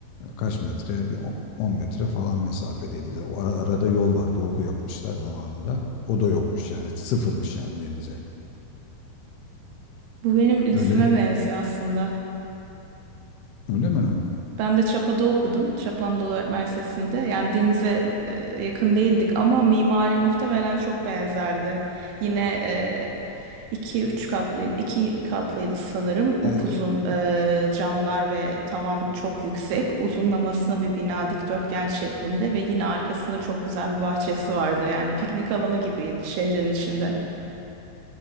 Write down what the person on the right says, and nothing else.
Bu benim liseme
benziyor aslında.
Ben de Çapa'da okudum. Çapa Anadolu Öğretmen Lisesi'nde. Yani denize e, yakın değildik ama mimari muhtemelen çok benzerdi. Yine e, iki üç katlıydı, iki katlıydı sanırım.
Upuzun
e, camlar ve tavan çok yüksek. Uzunlamasına bir bina dikdörtgen şeklinde ve yine arkasında çok güzel bir bahçesi vardı. Yani piknik alanı gibiydi şehrin içinde.